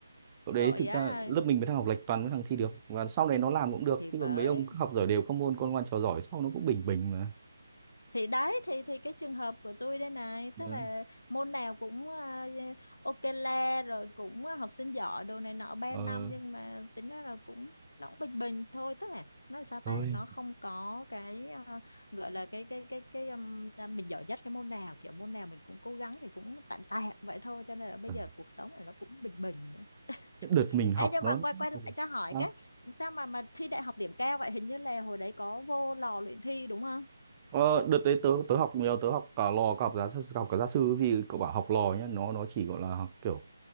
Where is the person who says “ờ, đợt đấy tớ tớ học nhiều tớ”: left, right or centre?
Right